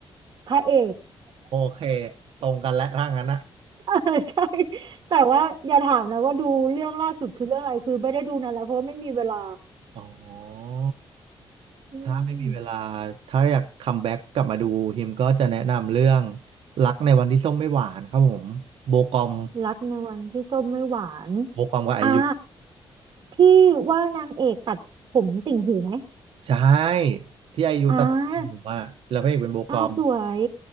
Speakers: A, on the right (about 50°); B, on the right (about 80°).
A: พระเอก
B: โอเคตรงกันและถ้างั้นอะ
A: <laughs> เออใช่แต่ว่าอย่าถามนะว่าดูเรื่องล่าสุดคือเรื่องอะไรคือไม่ได้ดูนานแล้วเพราะว่าไม่มีเวลา
B: อ๋อ
A: อืม
B: ถ้าไม่มีเวลาถ้าอยากคัมแบ็กกลับมาดูฮิมก็จะแนะนำเรื่องรักในวันที่ส้มไม่หวานครับผมโบกอม
A: รักในวันที่ส้มไม่หวาน
B: โบกอมกับไอยุ
A: อ่าที่ว่านางเอกตัดผมติ่งหูไหม
B: ใช่ที่ไอยุตัดผมจริงหมอ่าแล้วพระเอกเป็นโบกอม
A: อ่าอ่าสวย